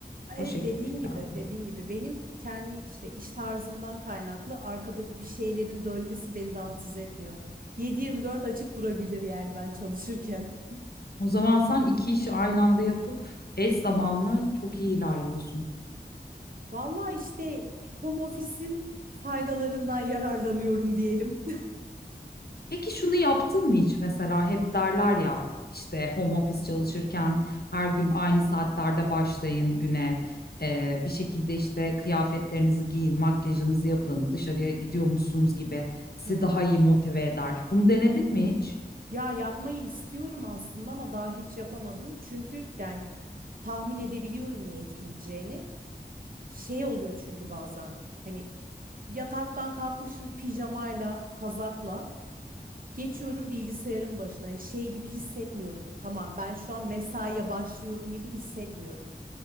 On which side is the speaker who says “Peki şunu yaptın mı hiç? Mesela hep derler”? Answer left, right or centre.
Left